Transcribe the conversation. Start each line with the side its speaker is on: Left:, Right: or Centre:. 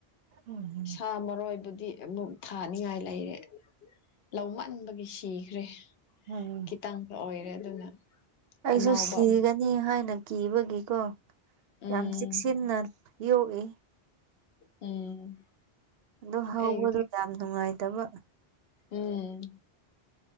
Right: ꯎꯝ
Left: ꯁꯥ ꯃꯔꯣꯏꯕꯨ ꯗꯤ ꯑꯃꯨꯛ ꯊꯥꯅꯤꯡꯉꯥꯏ ꯂꯩꯔꯦ ꯂꯧ ꯃꯟꯕꯒꯤ ꯁꯤꯈ꯭ꯔꯦ
Right: ꯎꯝ
Left: ꯈꯤꯇꯪꯒ ꯑꯣꯏꯔꯦ ꯑꯗꯨꯅ
Right: ꯑꯩꯁꯨ
Left: ꯑꯅꯧꯕ
Right: ꯁꯤꯒꯅꯤ
Left: ꯑꯃꯨꯛ
Right: ꯍꯥꯏꯅ ꯀꯤꯕꯒꯤꯀꯣ
Left: ꯎꯝ
Right: ꯌꯥꯝ ꯆꯦꯛꯁꯤꯟꯅ ꯌꯣꯛꯏ
Left: ꯎꯝ
Right: ꯑꯗꯨ ꯍꯧꯕꯗꯨꯣ
Left: ꯑꯩꯒꯤꯗꯤ
Right: ꯌꯥꯝ ꯅꯨꯡꯉꯥꯏꯇꯕ
Left: ꯎꯝ